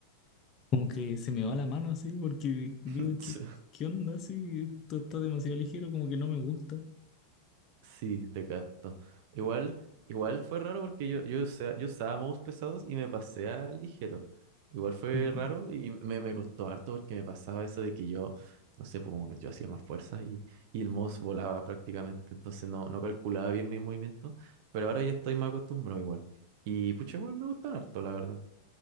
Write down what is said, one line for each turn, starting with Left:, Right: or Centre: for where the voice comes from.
Left: como que se me va la mano así, porque digo,
Right: <laughs>
Left: ¿qué, qué onda? Así, esto está demasiado ligero, como que no me gusta.
Right: Sí, te capto. Igual, igual fue raro porque yo, yo, usé- yo usaba mouse pesados y me pasé a ligero. Igual fue
Left: Ujú.
Right: raro y me, me costó harto porque me pasaba eso de que yo, no sé, pues como que yo hacía más fuerza y, y el mouse volaba prácticamente. Entonces no, no calculaba bien mi movimiento, pero ahora ya estoy más acostumbrado igual. Y pucha, igual me gustan harto, la verdad.